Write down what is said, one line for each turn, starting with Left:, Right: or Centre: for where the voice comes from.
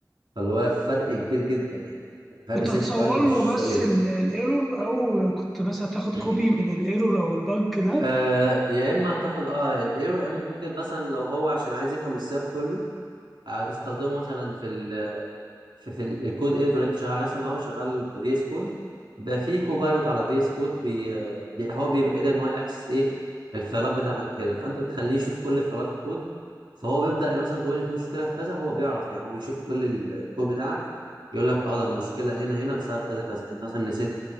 Right: فاللي هو فرق كبير جدا يعني فرق
Centre: كنت
Right: سيف
Centre: هتصور
Right: تايم
Centre: له
Right: مش
Centre: بس
Right: طبيعي
Centre: ال- الايرور او كنت مثلا تاخد
Right: <clears throat>
Centre: كوبي من الايرور او البج ده
Right: آه يا اما هتاخد اه الايرو يا اما ممكن مثلا لو هو عشان عايز يفهم السياق كله آه، هتستخدمه مثلا في ال في, في ال- الكود اديتور اللي انت شغال عليه. مثلا لو انا شغال بفي اس كود بقى في كوبايلوت على في اس كود بي آه، بي- هو بيبقى قادر ان هو اكسس ايه الفايلات بتاعتك كده فانت بتخليه يشوف كل فايلات الكود فهو بيبدا مثلا تقول لي في مشكله في كذا هو بيعرف يعني هو بيشوف كل ال- الكود بتاعك يقول لك اه ده المشكله هنا هنا بسبب كذا كذا انت مثلا نسيت